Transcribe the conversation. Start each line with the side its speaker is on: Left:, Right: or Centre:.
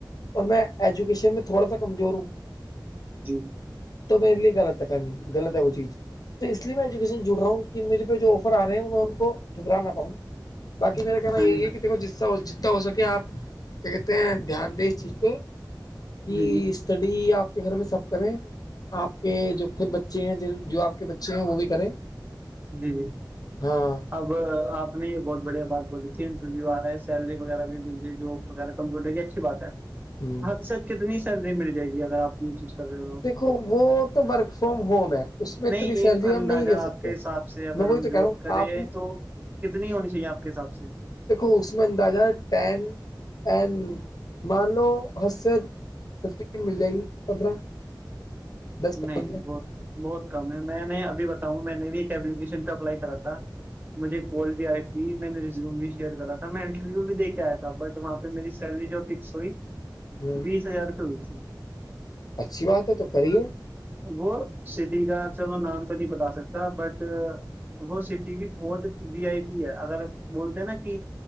Left: اور میں ایجوکیشن میں تھوڑا سا کمزور ہوں
Right: جی
Left: تو میرے لیے غلط ہے فمی غلط ہے وہ چیز تو اس لیے میں ایجویشن جڑ رہا ہوں کہ میرے پہ جو آفر آے ہیں وہ میں ان کو ٹھکرا نہ پاؤں بقی میرے کہنا
Right: ہاں
Left: یہ
Right: جی
Left: کہ دیکھو ج جتنا ہو سکے آپ کیا کہتے ہیں دھیان دیں اس چیز پہ کہ
Right: جی جی
Left: اسٹڈی آپ کے گھر میں سب کریں آپ کہ جو خود بچے ہیں جو آپ کے بچے ہیں وہ بھی کریں
Right: جی
Left: ہاں
Right: اب آپ نے یہ بہت بڑھیا بات بولی تھی انٹرویو آ رہا ہے سیلری وغیرہ بھی مل ہے جو وغیرہ کمزٹر اچھی بات ہے
Left: ہ
Right: اوثت کتنی سیلری مل جائے گی اگر آپ یہ چیز کر رہےا
Left: دیکھو وہ تو ورک فرام ہوم ہے اس میں اتنی
Right: نہیں ایک
Left: سیلری
Right: اندازہ
Left: ہم نہیں لے سکتے
Right: آپ کے حساب سے اگر
Left: میں وہی
Right: ہم
Left: تو کہہ
Right: جاب
Left: رہا ہوں
Right: کریں
Left: آپ
Right: تو کتنی ہونی چاہیے آپ کے حساب سے
Left: دیکھو اس میں اندازاٹینمان لو حست <unintelligible> فف مل جائے گی پندرہ <unintelligible> دس پندرہ
Right: نہیں بہت بہت کم ہے میں نے ابھی بتاؤں میں نے بھی ایک اییکیشن پی اپلائی کرا تھا مجھے کال بھی آئی تھی میں نے ریزوم بی شیئر کرا تھا می انٹرویو بھی دے کے آیا تھا بٹ وہاں پہ میری سیلری جو فکس ہوئی <unintelligible>
Left: ہ
Right: بیس ہزار روپ ہوے
Left: اچھی بات ہے تو کریے
Right: وہ سٹی کا چلو نام تو نہیں بتا سکتا پر وہ سٹی بھی بہحت وی آئی پی ہے اگر بولتے ہیں نا کہ